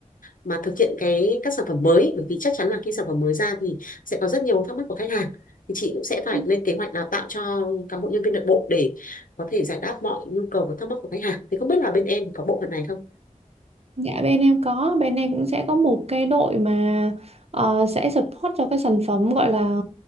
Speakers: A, on the left (about 80°); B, on the right (about 50°).
A: mà thực hiện cái các sản phẩm mới bởi vì chắc chắn là khi sản phẩm mới ra thì sẽ có rất nhiều thắc mắc của khách hàng thì chị cũng sẽ phải
B: Ừ.
A: lên kế hoạch đào tạo cho cán bộ nhân viên nội bộ để có thể giải đáp mọi nhu cầu và thắc mắc của khách hàng thì không biết là bên em thì có bộ phận này không
B: Dạ bên em có, bên em cũng sẽ có một cái đội mà ờ, sẽ support cho cái sản phẩm gọi là